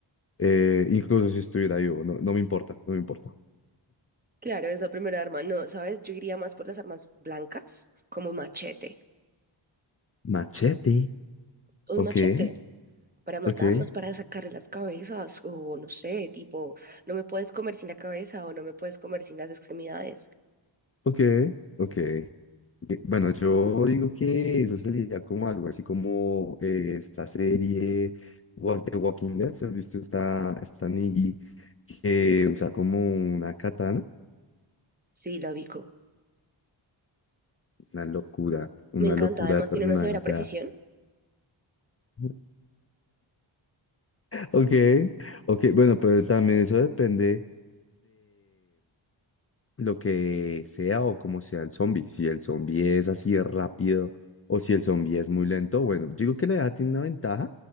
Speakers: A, on the left; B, on the right.
A: eh, incluso si estuviera vivo, no, no me importa, no me importa.
B: Claro, es la primera arma. No, ¿sabes? Yo iría más por las armas blancas, como un machete.
A: Machete,
B: Un
A: ok,
B: machete para matarlos,
A: ok.
B: para sacarle las cabezas, o no sé, tipo, no me puedes comer sin la cabeza o no me puedes comer sin las extremidades.
A: Ok, ok. Ok, Bueno, yo digo que eso sería como algo así como eh, esta serie Walk the Walking Dead. has visto esta, esta Negan que usa como una katana?
B: Sí, la ubico.
A: Una locura, una
B: Me encanta,
A: locura
B: además
A: de personaje.
B: tiene una severa
A: O sea,
B: precisión.
A: <laughs> ok, ok. Bueno, pero también eso depende lo que sea o como sea el zombie. Si el zombie es así de rápido o si el zombie es muy lento, bueno, digo que la edad tiene una ventaja